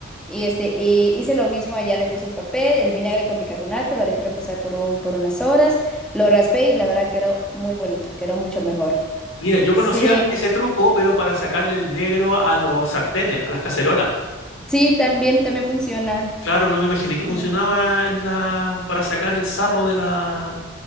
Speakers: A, in the centre; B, on the left.
A: Y este, y hice lo mismo allá, le puse el papel, el vinagre con bicarbonato, lo dejé reposar por un, por unas horas, lo raspé y la verdad quedó muy bonito, quedó mucho mejor.
B: Mira, yo
A: Sí,
B: conocía ese truco, pero para sacarle el negro a los sartenes, a las cacerolas.
A: sí, también, también funciona.
B: Claro, no me imaginé que funcionaba
A: Mm.
B: en la... para sacar el sarro de la...